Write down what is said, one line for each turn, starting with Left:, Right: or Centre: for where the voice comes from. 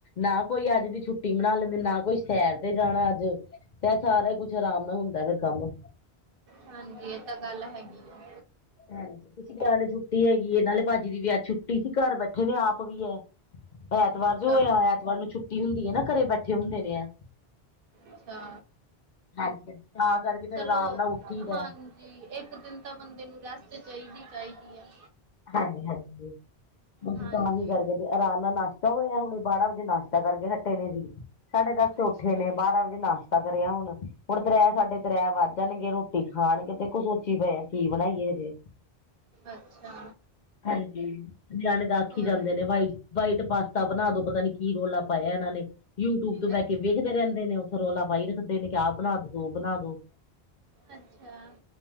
Left: ਨਾ ਕੋਈ ਅੱਜ ਦੀ ਛੁੱਟੀ। ਰੋਟੀ ਬਣਾ ਲੈਂਦੇ ਨਾ ਕੋਈ ਸੈਰ ਤੇ ਜਾਣਾ ਅੱਜ ਤੇ ਸਾਰਾ ਹੀ ਕੁਛ ਆਰਾਮ ਨਾਲ ਹੁੰਦਾ ਫਿਰ ਕੰਮ।
Right: ਹਾਂਜੀ ਇਹ ਤਾਂ ਗੱਲ ਹੈਗੀ। ਆ
Left: ਹਾਂਜੀ ਕੁਛ ਨਿਆਣੇ ਛੁੱਟੀ ਹੈਗੀ ਇਹ ਨਾਲੇ ਭਾਜੀ ਦੀ ਵੀ ਆ ਛੁੱਟੀ ਸੀ। ਘਰ ਬੈਠੇ ਨੇ ਆਪ ਵੀ ਹੈ। ਐਤਵਾਰ
Right: ਅੱਛਾ
Left: ਜੋ ਆਏ ਐਤਵਾਰ ਨੂੰ ਛੁੱਟੀ ਹੁੰਦੀ ਹੈ ਨਾ ਘਰੇ ਬੈਠੇ ਹੁੰਦੇ ਨੇ ਆ।
Right: ਅੱਛਾ।
Left: ਹਾਂਜੀ ਹਾਂਜੀ ਤਾਂ ਕਰਕੇ। ਫੇਰ
Right: ਚਲੋ
Left: ਆਰਾਮ ਨਾਲ ਉੱਠੀ ਦਾ।
Right: ਹਾਂਜੀ ਇੱਕ ਦਿਨ ਤਾਂ ਬੰਦੇ ਨੂੰ ਰੈਸਟ ਚਾਹੀਦੀ ਚਾਹੀਦੀ ਹੈ।
Left: ਹਾਂਜੀ ਹਾਂਜੀ ਅਸੀਂ
Right: ਹਾਂਜੀ
Left: ਤਾਹੀ ਕਰਕੇ। ਫੇਰ ਆਰਾਮ ਨਾਲ ਨਾਸ਼ਤਾ ਹੋਇਆ। ਹੁਣੇ ਬਾਰਾਂ ਵਜੇ ਨਾਸ਼ਤਾ ਕਰਕੇ ਹਟੇ ਨੇ ਹਜੇ। ਸਾਢੇ ਦਸ
Right: ਅੱਛਾ
Left: ਤੇ ਉੱਠੇ ਨੇ ਬਾਰਾਂ ਵਜੇ ਨਾਸ਼ਤਾ ਕਰਿਆ ਹੁਣ ਹੁਣ ਫੇਰ ਸਾਢੇ ਤ੍ਰੈ ਵੱਜ ਜਾਣਗੇ ਰੋਟੀ। ਰੋਟੀ ਖਾਣਗੇ ਦੇਖੋ ਸੋਚੀ ਪਏਆ ਕੀ ਬਣਾਈਏ ਹਜੇ।
Right: ਅੱਛਾ।
Left: ਹਾਂਜੀ ਨਿਆਣੇ ਤਾਂ ਆਖੀ
Right: ਹੋਰ
Left: ਜਾਂਦੇ ਨੇ ਵਾਈਟ ਵਾਈਟ ਪਾਸਤਾ। ਬਣਾ ਦੋ ਪਤਾ ਨੀ ਕੀ ਰੌਲਾ ਪਾਇਆ ਇਹਨਾਂ ਨੇ। ਯੂਟਿਊਬ ਤੋਂ ਬਹਿ
Right: ਅੱਛ
Left: ਕੇ ਵੇਖਦੇ ਰਹਿੰਦੇ ਨੇ ਉੱਥੇ ਰੌਲਾ ਪਾਈ ਰੱਖਦੇ ਨੇ ਕਿ ਆਹ ਬਣਾ ਦੋ। ਉਹ ਬਣਾ ਦੋ।
Right: ਅੱਛਾ